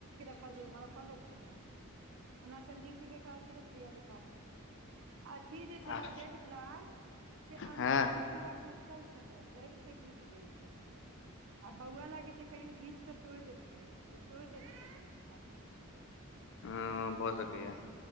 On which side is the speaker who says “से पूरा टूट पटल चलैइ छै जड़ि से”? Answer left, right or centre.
Right